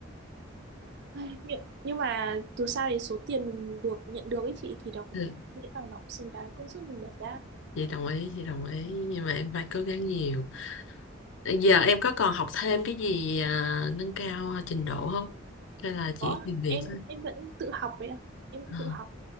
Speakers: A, on the right; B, on the left.
A: ai, nhưng nhưng mà dù sao thì số tiền mình được nhận được ấy chị thì nó cũng
B: ừ,
A: nghĩ là nó cũng xứng đáng công sức mình bỏ ra
B: chị đồng ý, chị đồng ý Nhưng mà em phải cố gắng nhiều Giờ em có còn học thêm cái gì à, nâng cao trình độ không? Hay là chỉ
A: Ủa,
B: tìm việc
A: em
B: thôi?
A: em vẫn tự học đấy ạ. Em
B: Ờ.
A: tự học